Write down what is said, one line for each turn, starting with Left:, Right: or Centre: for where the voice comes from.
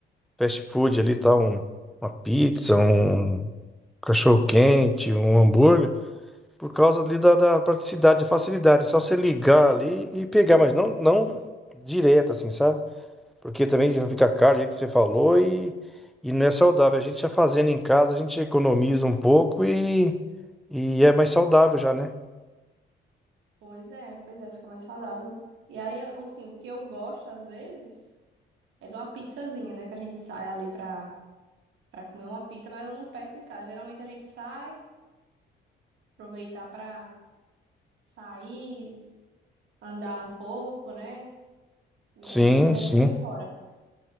Centre: fast food ali, tá? Um, uma pizza, um cachorro-quente, um hambúrguer, por causa ali da, da praticidade, da facilidade. É Só você ligar ali e pegar, mas não, não direto, assim, sabe? Porque também já fica caro, o que você falou, e, e não é saudável. A gente já fazendo em casa, a gente economiza um pouco e, e é mais saudável já, né?
Right: Pois é, pois é, fica mais saudável. E aí, eu- assim, o que eu gosto às vezes é de uma pizzazinha, né? Que a gente sai ali pra, pra comer uma pizza, mas eu não peço em casa. Geralmente a gente sai, aproveitar pra sair, andar um pouco, né? E
Centre: Sim,
Right: aí a gente vai
Centre: sim,
Right: comer fora.